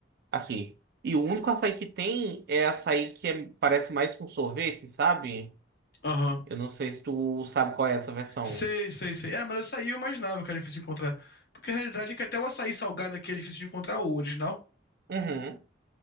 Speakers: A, on the right; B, on the left.
A: Aqui. E o único açaí que tem é açaí que é- parece mais com sorvete, sabe?
B: Aham.
A: Eu não sei se tu sabe qual é essa versão.
B: Sei, sei, sei. É, mas açaí eu imaginava que era difícil de encontrar. Porque a realidade é que até o açaí salgado aqui é difícil de encontrar o original.
A: Uhum.